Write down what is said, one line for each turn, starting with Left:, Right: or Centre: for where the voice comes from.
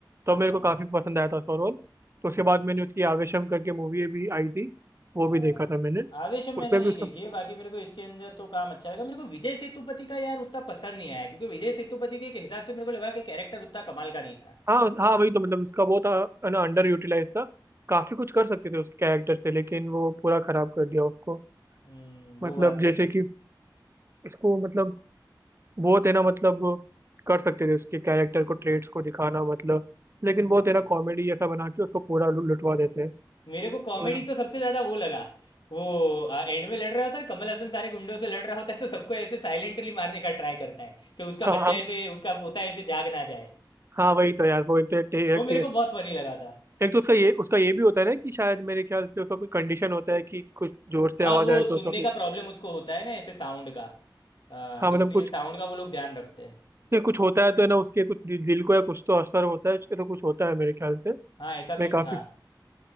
Right: तो
Left: हाँ
Right: मेरे को काफी
Left: हाँ
Right: पसंद आया था उसका रोल तो उसके बाद
Left: हाँ।
Right: मैंने उसकी आवेशम करके मूवी भी आई थी वो
Left: हाँ
Right: भी देखा था मैंने
Left: आवेशम मैंने
Right: उसमें
Left: नहीं
Right: भी उसका
Left: देखी है बाकी मेरे को इसके अंदर तो काम अच्छा लगा मेरे को विजय सेतुपति का यार उतना पसंद नहीं आया क्योंकि विजय सेतुपति के हिसाब से मेरे को लगा कि कैरेक्टर उतना कमाल का नहीं था
Right: हाँ हाँ वही तो मतलब उसका वो था है ना अंडर यूटिलाइज था काफी कुछ कर सकते थे उसके कैरेक्टर से लेकिन वो पूरा खराब कर दिया उसको
Left: हम्म वो
Right: मतलब
Left: बात तो
Right: जैसे
Left: है
Right: कि इसको मतलब बहुत है ना मतलब कर सकते थे उसके कैरेक्टर को ट्रेड्स को दिखाना मतलब लेकिन बहुत
Left: हाँ,
Right: है ना कॉमेडी जैसा बना के उसको पूरा लु- लुटवा
Left: हम्म।
Right: देते हैं
Left: मेरे को
Right: तो
Left: कॉमेडी
Right: यार-
Left: तो सबसे ज्यादा वो लगा वो एंड में लड़ रहा होता है कमल हसन सारे गुंडों से लड़ रहा होता है तो सबको ऐसे साइलेंटली मारने का ट्राई करता है कि उसका
Right: हाँ
Left: बच्चा ऐसे उसका पोता ऐसे जाग ना जाए
Right: हाँ वही तो यार वो एक तो टे-
Left: वो
Right: एक
Left: मेरे को बहुत फनी लगा था
Right: एक तो उसका ये उसका ये भी होता है ना कि शायद मेरे ख्याल से उसका कोई कंडीशन होता है कि कुछ जोर से
Left: हाँ
Right: आवाज
Left: वो
Right: आए
Left: सुनने
Right: तो उसका कुछ
Left: का प्रॉब्लम उसको होता है ना ऐसे साउंड का हाँ
Right: हाँ
Left: इसलिए
Right: मतलब कुछ
Left: साउंड का वो लोग ध्यान रखते हैं
Right: ये कुछ होता है तो है ना उसके कुछ दि, दिल को या कुछ तो असर होता है ऐसा कुछ होता है मेरे ख्याल से
Left: हाँ ऐसा
Right: मैं
Left: कुछ
Right: काफी
Left: था